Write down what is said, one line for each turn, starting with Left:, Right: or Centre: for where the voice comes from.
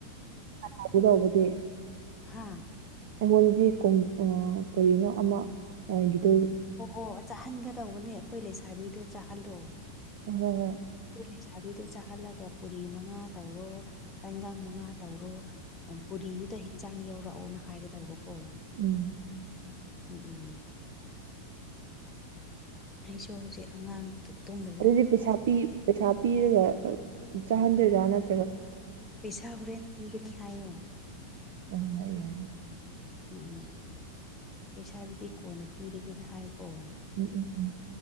Right: ꯇꯧꯕꯥꯗꯤ <unintelligible>
Left: ꯍꯥꯥ
Right: ꯑꯩꯉꯣꯟꯗꯗꯤ ꯀꯣꯡ ꯑ ꯀꯔꯤꯅꯣ ꯑꯃ ꯑꯒꯤꯗꯣ
Left: ꯑꯣꯍꯣ ꯆꯥꯍꯟꯒꯗꯧꯕꯅꯦ ꯑꯩꯈꯣꯏ ꯂꯩꯁꯥꯕꯤꯗꯣ ꯆꯥꯍꯜꯂꯣ
Right: ꯑꯣ ꯍꯣꯏ ꯍꯣꯏ
Left: ꯑꯩꯈꯣꯏ ꯂꯩꯁꯥꯥꯕꯤꯗꯣ ꯆꯥꯍꯜꯂꯒ ꯄꯨꯔꯤ ꯃꯉꯥ ꯇꯧꯔꯣ ꯇꯟꯒꯪ ꯃꯉꯥ ꯇꯧꯔꯣ ꯑꯣ ꯄꯨꯔꯤꯗꯨꯗ ꯍꯦꯟꯖꯥꯡ ꯌꯥꯎꯔꯛꯑꯣꯅ ꯍꯥꯏꯒꯗꯧꯕꯀꯣ
Right: ꯎꯝ
Left: ꯎꯝ ꯎꯝ ꯑꯩꯁꯨ ꯍꯧꯖꯤꯛ ꯑꯉꯥꯡꯗꯨ ꯇꯨꯝꯒꯔ꯭ꯦꯅ
Right: ꯑꯗꯨꯗꯤ ꯄꯩꯁꯥ ꯄꯤ ꯄꯩꯁꯥ ꯄꯤꯔꯒ ꯆꯥꯍꯟꯗꯣꯏꯔꯥ ꯅꯠ
Left: ꯄꯩꯁꯥ ꯍꯣꯔꯦꯟ ꯄꯤꯒꯅꯤ ꯍꯥꯏꯌꯨ
Right: ꯑꫭ ꯍꯣꯏ ꯌꯥꯔꯦ ꯑꯗꯨꯗꯤ
Left: ꯎꯝ ꯄꯩꯁꯥꯗꯨꯗꯤ ꯀꯣꯟꯅ ꯄꯤꯔꯒꯦꯅ ꯍꯥꯏꯌꯨꯀꯣ
Right: ꯎꯝ ꯎꯝ ꯎꯝ